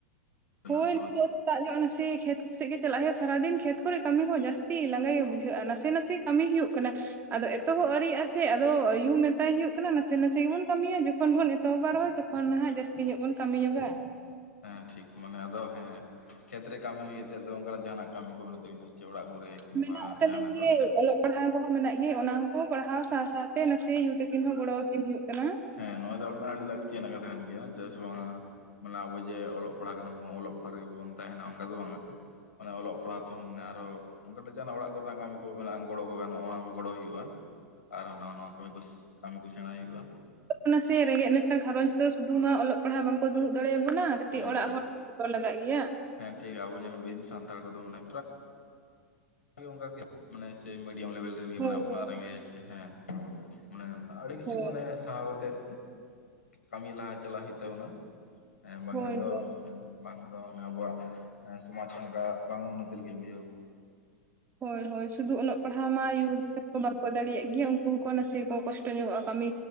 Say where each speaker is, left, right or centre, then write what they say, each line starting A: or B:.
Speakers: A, on the left; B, on the right.
A: ᱢᱮᱱᱟᱜ
B: ᱦᱳᱭ
A: ᱟᱥᱮ ᱵᱟᱝ
B: ᱱᱮᱛᱚᱜ ᱥᱮᱛᱟᱜ ᱧᱚᱜ ᱱᱟᱥᱮ ᱠᱷᱮᱛ ᱠᱚᱥᱮᱫ ᱜᱮ ᱪᱟᱞᱟᱜ ᱦᱩᱭᱩᱜᱼᱟ, ᱥᱟᱨᱟᱫᱤᱱ ᱠᱷᱮᱛ ᱠᱚᱨᱮ ᱠᱟᱹᱢᱤ ᱦᱚᱸ ᱡᱟᱹᱥᱛᱤ ᱞᱟᱸᱜᱟ ᱜᱮ ᱵᱩᱡᱷᱟᱹᱜᱼᱟ, ᱱᱟᱥᱮ ᱱᱟᱥᱮ ᱠᱟᱹᱢᱤ ᱦᱩᱭᱩᱜ ᱠᱟᱱᱟ᱾ ᱟᱫᱚ ᱮᱛᱚᱦᱚᱵ ᱟᱹᱣᱨᱤ ᱭᱟᱜᱼᱟ ᱥᱮ, ᱟᱫᱚ ᱟᱭᱚ ᱢᱮᱛᱟ ᱦᱩᱭᱩᱜ ᱠᱟᱱᱟ ᱱᱟᱥᱮ ᱱᱟᱥᱮ ᱜᱮᱵᱚᱱ ᱠᱟᱹᱢᱤᱭᱟ ᱡᱚᱠᱷᱚᱱ ᱵᱚᱱ ᱮᱛᱚᱦᱚᱵᱟ ᱨᱚᱦᱚᱭ ᱛᱚᱠᱷᱚᱱ ᱱᱦᱟᱜ ᱡᱟᱹᱥᱛᱤ ᱧᱚᱜ ᱵᱚᱱ ᱠᱟᱹᱢᱤ ᱧᱚᱜᱟ᱾
A: ᱦᱮᱸ ᱴᱷᱤᱠ ᱢᱟᱱᱮ ᱟᱫᱚ ᱦᱮᱸ ᱠᱷᱮᱛ ᱨᱮ ᱠᱟᱹᱢᱤ ᱦᱩᱭ ᱟᱛᱮᱫ ᱛᱚ ᱚᱱᱠᱟᱱᱟᱜ ᱡᱟᱦᱟᱱᱟᱜ ᱠᱟᱹᱢᱤ ᱠᱚ ᱢᱮᱱᱟᱜ ᱛᱟᱹᱵᱤᱱᱟ ᱥᱮ ᱚᱲᱟᱜ ᱠᱚᱨᱮ ᱠᱤᱝᱵᱟ
B: ᱢᱮᱱᱟᱜ ᱛᱟᱹᱞᱤᱧ
A: ᱡᱟᱦᱟᱱᱟᱜ ᱠᱚ
B: ᱜᱮ ᱚᱞᱚᱜ ᱯᱟᱲᱦᱟᱣ ᱠᱚᱦᱚᱸ ᱢᱮᱱᱟᱜ ᱜᱮ ᱚᱱᱟ ᱦᱚᱸᱠᱚ ᱯᱟᱲᱦᱟᱣ ᱥᱟᱶ ᱥᱟᱶᱛᱮ ᱱᱟᱥᱮᱭᱟᱜ ᱟᱭᱚ ᱛᱤᱹᱠᱤᱱ ᱦᱚᱸ ᱜᱚᱲᱚᱟᱠᱤᱱ ᱦᱩᱭᱩᱜ ᱠᱟᱱᱟ᱾
A: ᱦᱮᱸ ᱱᱚᱣᱟ ᱫᱚ ᱟᱵᱤᱱᱟᱜ ᱟᱹᱰᱤ ᱞᱟᱹᱠᱛᱤᱭᱟᱱᱟᱜ ᱠᱟᱛᱷᱟ ᱠᱟᱱ ᱜᱮᱭᱟ ᱪᱮᱫᱟᱜ ᱥᱮ ᱵᱟᱝ ᱢᱟᱱᱮ ᱟᱵᱚ ᱡᱮ ᱚᱞᱚᱜ ᱯᱟᱲᱦᱟᱜ ᱠᱟᱱᱟ ᱵᱚᱱ ᱚᱞᱚᱜ ᱯᱟᱲᱦᱟᱜ ᱨᱮᱜᱮ ᱵᱚᱱ ᱛᱟᱦᱮᱱᱟ ᱚᱱᱠᱟ ᱫᱚ ᱵᱟᱝᱟ᱾ ᱢᱟᱱᱮ ᱚᱞᱚᱜ ᱯᱟᱲᱦᱟᱣ ᱛᱮᱦᱚᱸ ᱢᱟᱱᱮ ᱟᱨᱚ ᱚᱱᱠᱟ ᱡᱟᱦᱟᱱᱟᱜ ᱚᱲᱟᱜ ᱠᱚᱨᱮᱱᱟᱜ ᱠᱟᱹᱢᱤ ᱠᱚ ᱢᱮᱱᱟᱜᱼᱟ ᱜᱚᱲᱚ ᱠᱚ ᱜᱟᱱᱚᱜᱼᱟ ᱚᱱᱟ ᱜᱚᱲᱚ ᱦᱩᱭᱩᱜᱼᱟ, ᱟᱨᱦᱚᱸ ᱱᱟᱣᱟ ᱱᱟᱣᱟ ᱠᱟᱹᱢᱤ ᱠᱚ ᱠᱟᱹᱢᱤ ᱠᱚ ᱥᱮᱬᱟᱭ ᱦᱩᱭᱩᱜᱼᱟ ᱾
B: ᱟᱵᱚ ᱥᱮ ᱨᱮᱸᱜᱮᱡ ᱱᱟᱪᱟᱨ ᱜᱷᱟᱨᱨᱚᱸᱡᱽ ᱫᱚ ᱥᱩᱫᱩ ᱢᱟ ᱚᱞᱚᱜ ᱯᱟᱲᱦᱟᱜ ᱵᱟᱝᱠᱚ ᱫᱩᱲᱩᱵ ᱫᱟᱲᱮᱭᱟᱵᱚᱱᱟ, ᱠᱟᱹᱴᱤᱡ
A: ᱦᱮᱸ
B: ᱚᱲᱟᱜ
A: ᱴᱷᱤᱠ
B: ᱦᱚᱲ ᱵᱚᱞᱚ ᱞᱟᱜᱟᱜ ᱜᱮᱭᱟ᱾
A: ᱦᱮᱸ ᱴᱷᱤᱠ ᱟᱵᱚ ᱧᱮᱞ ᱵᱤᱱ ᱥᱟᱱᱟᱲ ᱠᱚᱫᱚ ᱢᱟᱱᱮ <unintelligible> ᱚᱱᱠᱟ ᱢᱟᱱᱮ ᱥᱮ ᱢᱤᱰᱤᱭᱟᱢ ᱞᱮᱵᱮᱞ ᱨᱮᱱ ᱜᱮ
B: ᱦᱳᱭ
A: ᱢᱮᱱᱟᱜ ᱵᱚᱱᱟ
B: ᱦᱳᱭ
A: ᱨᱮᱸᱜᱮᱡ ᱦᱮᱸ ᱢᱟᱱᱮ ᱟᱹᱰᱤ ᱠᱤᱪᱷᱩ
B: ᱦᱳᱭ
A: ᱢᱟᱱᱮ ᱥᱟᱦᱟᱣ ᱠᱟᱛᱮᱜ ᱠᱟᱹᱢᱤ ᱞᱟᱦᱟ ᱪᱟᱞᱟᱜ ᱦᱩᱭᱩᱜ ᱛᱟᱵᱚᱱᱟ ᱵᱟᱝᱠᱷᱟᱱ
B: ᱦᱳᱭ
A: ᱫᱚ
B: ᱦᱳᱭ
A: ᱵᱟᱝᱠᱷᱟᱱ ᱫᱚ ᱚᱱᱮ ᱟᱵᱚᱣᱟᱜ ᱥᱚᱢᱟᱡ ᱚᱱᱠᱟ ᱵᱟᱝ ᱩᱱᱚᱛᱤᱜ ᱞᱮᱠᱟᱧ ᱵᱩᱡᱷᱟᱹᱣᱟ ᱾
B: ᱦᱳᱭ ᱦᱳᱭ ᱥᱩᱫᱩ ᱚᱞᱚᱜ ᱯᱟᱲᱦᱟᱜ ᱢᱟ ᱩᱱᱠᱩ ᱵᱟᱝᱠᱚ ᱫᱟᱲᱮᱭᱟᱜ ᱜᱮᱭᱟ ᱩᱱᱠᱩ ᱦᱚᱸ ᱠᱚ ᱱᱟᱥᱮ ᱠᱚ ᱠᱚᱥᱴᱚ ᱧᱚᱜᱚᱜᱼᱟ ᱠᱟᱹᱢᱤ